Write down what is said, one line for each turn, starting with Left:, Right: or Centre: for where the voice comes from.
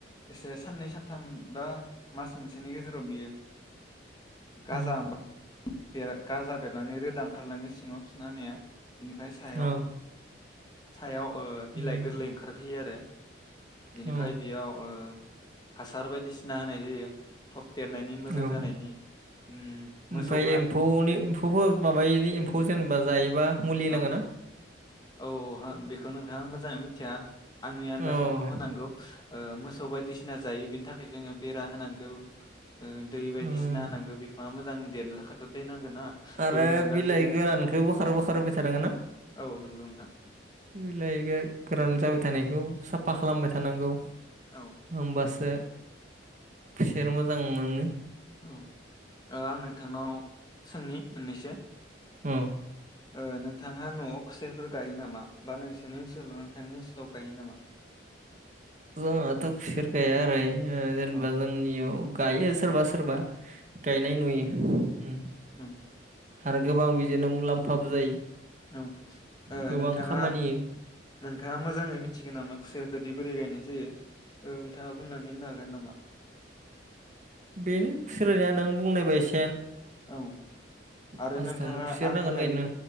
Left: एसे साननै सानथाम बा मास मोनसेनि गेजेराव बियो गाजा
Right: उम
Left: बेर गाजा बेरनानै रोदा ओं खारलाङो सिङाव थुना होनाया बिनिफ्राय सायाव
Right: औ
Left: सायाव ओ बिलाइ
Right: उम
Left: गोरलै ओंखारफैयो आरो बेनिफ्राय
Right: औ
Left: बेयाव ओ हासार बायदि सिना होनाय जायो थब देरनायनि मोजां
Right: औ
Left: जानायनि अम
Right: ओमफ्राय
Left: मोसौ
Right: एम्फौनि एम्फौफोर माबायिनि एम्फौ जेनेबा जायोबा मुलि
Left: औ
Right: होनांगोनना
Left: औ हा बेखौ नोंथां आं मोजाङै मिथिया आंनि आन्दाजावथ'
Right: औ
Left: होनांगौ ओ मोसौ बायदिसिना जायो बेनि थाखाय जोंङो बेरा होनांगौ ओ दै बायदिसिना
Right: उम
Left: होनांगौ बिफाङा मोजां देरनो थाखाय दै नांगोन। ना
Right: आरो
Left: दै होनांगोआ
Right: बिलाइ
Left: जायो आरो
Right: गोरानखोबो बोखार बोखार होबाय थानांगो ना
Left: औ नंगौ नोंथां
Right: बिलाइ गो गोरान जाबाय थानायखौ साफा खालामबाय थानांगौ।
Left: औ
Right: उमबासो खुसेर मोजां मोनो।
Left: औ आं नोंथांनाव सोंनि मोननैसो
Right: अ
Left: ओ नोंथांहा न'आव खुसेरफोर गायो नामा बा नोंसोरनि ओनसोलाव नोंथांनि ओनसोलाव गायो नामा?
Right: ओ जोंहाथ' खुसेर गाया ओरै ओ जेनेबा
Left: औ
Right: जोंनियाव गायो सोरबा सोर सोरबा गायनाय नुयो। उम
Left: उम
Right: आरो गोबां बिदिनो मुलाम्फाबो जायो।
Left: औ ओ
Right: गोबां
Left: नोंथाङा
Right: खामानि होयो।
Left: नोंथाङा मोजाङै मिथिगो नामा? खुसेरखोदि बोरै गायनाय जायो ओ नोंथाङा बुंनानै होनो हागोन नामा?
Right: बेनो खुसेर गायनाया नों बुंनायबायस
Left: औ आरो
Right: फार्स्टआवनो
Left: नोंथाङा
Right: खुसेर
Left: आं
Right: नांगोन
Left: बुंनायनि
Right: गायनो